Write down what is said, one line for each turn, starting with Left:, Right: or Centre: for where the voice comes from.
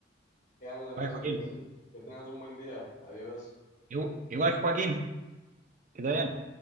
Left: Quedamos en
Right: Vale,
Left: eso
Right: Joaquín.
Left: entonces. Que tengas un buen día. Adiós.
Right: Igu- Igual, Joaquín, que te vaya bien.